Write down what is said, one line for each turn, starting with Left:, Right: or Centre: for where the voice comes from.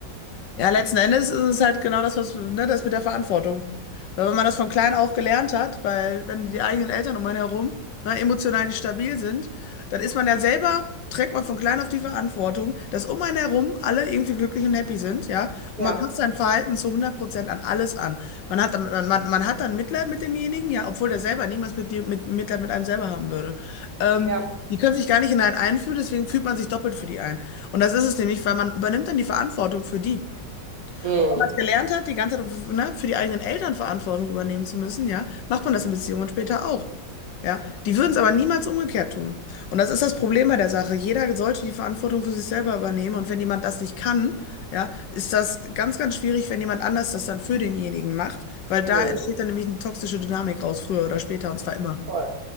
Left: Ja, letzten Endes ist es halt genau das, was, ne, das mit der Verantwortung. Weil wenn man das von klein auf gelernt hat, weil wenn die eigenen Eltern um einen herum, ne, emotional nicht stabil sind, dann ist man ja selber, trägt man von klein auf die Verantwortung, dass um einen herum alle irgendwie glücklich und happy sind, ja. Und
Right: ja,
Left: man passt sein Verhalten zu hundert Prozent an alles an. Man hat dann, man, man hat dann Mitleid mit demjenigen, ja, obwohl der selber niemals mit dir, mit, Mitleid mit einem selber haben würde. Ähm,
Right: ja.
Left: Die können sich gar nicht in einen einfühlen, deswegen fühlt man sich doppelt für die ein. Und das ist es nämlich, weil man übernimmt dann die Verantwortung für die.
Right: Mm,
Left: Und wenn man es gelernt hat, die ganze Zeit, ne, für die eigenen Eltern Verantwortung übernehmen zu müssen, ja, macht man das in Beziehungen später auch. Ja, die würden es aber niemals umgekehrt tun. Und das ist das Problem bei der Sache. Jeder sollte die Verantwortung für sich selber übernehmen. Und wenn jemand das nicht kann, ja, ist das ganz, ganz schwierig, wenn jemand anders das dann für denjenigen macht, weil da
Right: mm,
Left: entsteht dann nämlich eine toxische Dynamik raus, früher oder später, und zwar immer.
Right: toll.